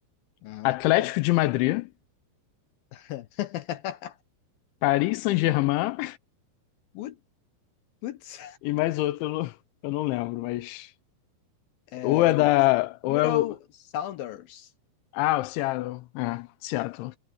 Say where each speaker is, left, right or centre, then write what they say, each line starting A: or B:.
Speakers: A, on the left (about 70°); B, on the left (about 85°).
A: Ah,
B: Atlético
A: que bom.
B: de Madrid,
A: <laughs>
B: Paris Saint-Germain
A: Ut- Putz,
B: e mais outro, eu não, eu não lembro, mas.
A: é,
B: Ou é
A: é o
B: da. Ou
A: Seattle
B: é o.
A: Sounders.
B: Ah, o Seattle. É, Seattle.